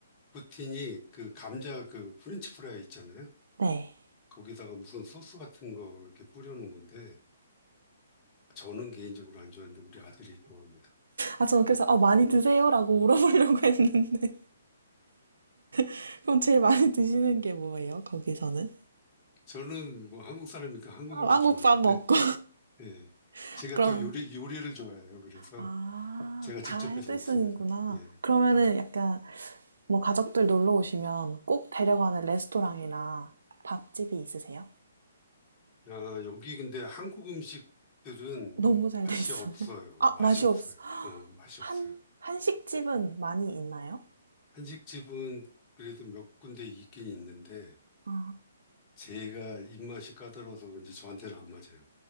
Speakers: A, on the left; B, on the right.
A: 푸틴이 그 감자 그 프렌치 프라이 있잖아요.
B: 네.
A: 거기다가 무슨 소스 같은 거 이렇게 뿌려놓은 건데 저는 개인적으로 안 좋아하는데 우리 아들이 좋아합니다.
B: 아, 저 그래서 아, 많이 드세요라고 물어보려고 했는데 <laughs> 그럼 제일 많이 드시는 게 뭐예요? 거기서는?
A: 저는 뭐 한국 사람이니까 한국
B: 아,
A: 음식
B: 한국밥
A: 좋아하는데
B: 먹고
A: 예.
B: <laughs>
A: 제가
B: 그럼
A: 또 요리 요리를 좋아해요. 그래서
B: 아,
A: 제가 직접
B: 다 해
A: 해서
B: 드시는구나.
A: 먹습니다. 예.
B: 그러면은 약간 뭐 가족들 놀러 오시면 꼭 데려가는 레스토랑이나 밥집이 있으세요?
A: 아, 여기 근데 한국 음식들은
B: 너무 잘
A: 맛이
B: 돼 있어요.
A: 없어요.
B: 아,
A: 맛이
B: 맛이
A: 없어요.
B: 없어.
A: 어, 맛이
B: 한
A: 없어요.
B: 한식집은 많이 있나요?
A: 한식집은 그래도 몇 군데 있긴 있는데
B: 아,
A: 제가 입맛이 까다로워서 그런지 저한테는 안 맞아요.